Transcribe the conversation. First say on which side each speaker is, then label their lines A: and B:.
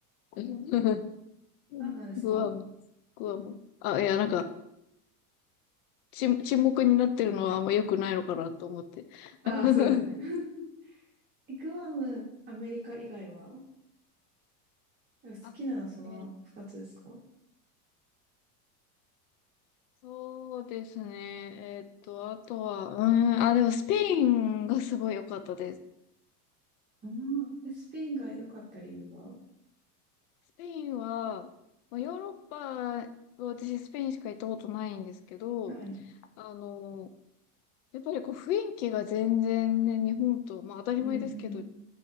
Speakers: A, on the left (about 70°); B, on the right (about 20°).
A: <laughs>
B: あ、何ですか
A: グアム、グアム。あ、いや、なんか、沈沈黙になってるのはあんま良くないのかなと思って。
B: ああ、
A: <laughs>
B: そうですね。<laughs> グアム、アメリカ以外は好きなのはその2つですか
A: あ、えーそうですね。えーっと、あとは、うーん、あ、でもスペインがすごい良かったです。
B: うん、スペインが良かった理由は
A: スペインは、まあ、ヨーロッパ、私スペインしか行ったことないんですけど、
B: はい。
A: あの、やっぱりこう雰囲気が全然ね、日本と、まあ当たり前ですけど、
B: うんうん。